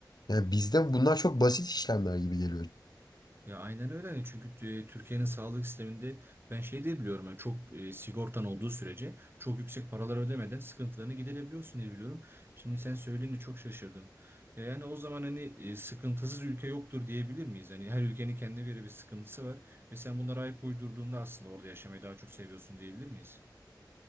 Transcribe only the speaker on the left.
yani bizde bunlar çok basit işlemler gibi geliyor.